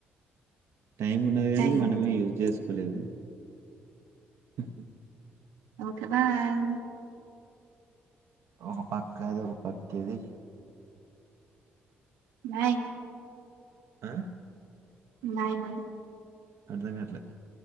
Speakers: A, on the right (about 65°); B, on the right (about 80°).
A: టైం ఉన్నది కాని
B: టైం
A: మనమే యూజ్ చేసుకోలేదు అఓ
B: ఓకే బాయ్
A: ఒక పక్క అది, ఒక పక్క ఇది
B: నయి
A: ఆ
B: నాయి భై
A: అర్ధంకట్లే,